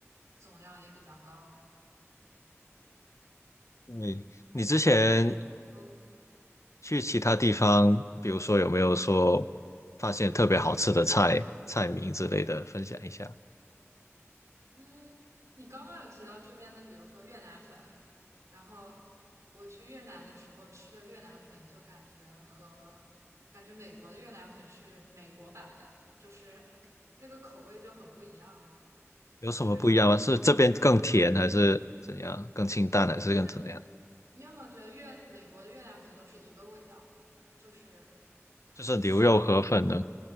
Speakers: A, on the right (about 85°); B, on the left (about 75°).
A: 总量也比较高。
B: 你你之前
A: 然后，嗯，
B: 去其他地方，比如说有没有说发现特别好吃的菜菜名之类的，分享一下，
A: 嗯，你刚刚有提到这边的，比如说越南粉，然后我去越南的时候吃的越南粉，就感觉和感觉美国的越南粉是美国版的，就是 <laughs> 那个口味就很不一样，
B: 有什么不一样吗？
A: 就是
B: 是这边更甜还是怎样？更清淡还是更怎样？
A: 就是你有没有觉得越美国的越南粉都是一个味道，就是很像，
B: 就是牛肉河粉呢？